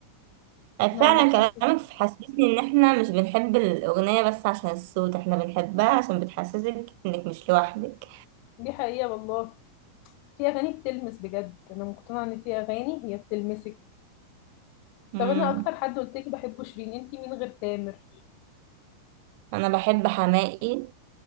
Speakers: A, on the right; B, on the left.
A: آه،
B: انا
A: فعلا
B: عن نفسي
A: كلامك
B: بحس
A: حسسني ان احنا مش بنحب الاغنية بس عشان الصوت احنا بنحبها عشان بتحسسك انك مش لوحدك
B: دي حقيقة والله في اغاني بتلمس بجد انا مقتنعة ان في اغاني هي بتلمسك
A: مم.
B: طب انا اكتر حد قلت لك بحبه شيرين انتي مين غير تامر
A: انا بحب حماقي